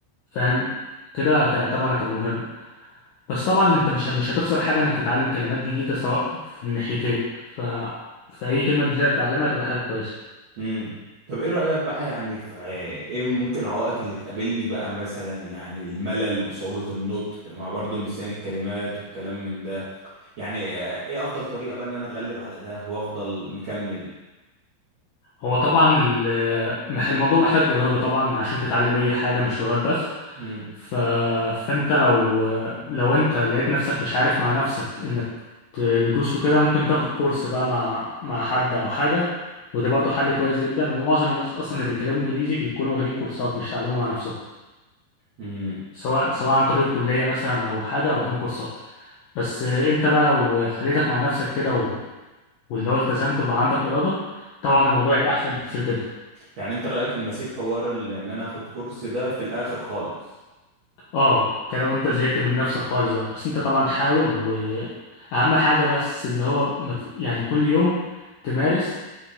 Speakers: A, on the left; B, on the right.
A: فاهم كده هت- طبعا هتبقى مهم بس طبعا انت مش مش هتخسر حاجه انك تتعلم كلمات جديده سواء في الناحيتين ف فاي كلمه جديده تتعلمها تبقى حاجه كويسه
B: امم طب ايه رأيك بقى يعني في آه، ايه ممكن العوائق اللي تقابلني بقى مثلا يعني الملل وصعوبة النطق مع برضو نسيان الكلمات والكلام من ده يعني آه، ايه افضل طريقة بقى ان انا اتغلب على ده وافضل مكمل
A: هو طبعا ال- مح- الموضوع محتاج إرادة طبعا عشان تتعلم أي حاجة مش لغات بس
B: امم
A: ف... فأنت لو لو أنت لقيت نفسك مش عارف مع نفسك إنك تدوس وكده ممكن تاخد كورس بقى مع مع حد أو حاجة وده برضه حل كويس جدا ومعظم الناس أصلا اللي بيتكلموا إنجليزي بيكونوا واخدين كورسات مش تعلموا مع نفسهم
B: امم
A: سواء سواء عن طريق كلية مثلا أو حاجة أو واخدين كورسات بس أنت بقى لو خليتك مع نفسك كده و... واللي هو التزمت وبقى عندك إرادة طبعا الموضوع يبقى أحسن بكتير جدا
B: يعني انت رأيك ان اسيب حوار ال- ان انا اخد كورس ده في الاخر خالص
A: اه انت لو انت زهقت من نفسك خالص بقى بس انت طبعا حاول واهم حاجه بس اللي هو مت... يعني كل يوم تمارس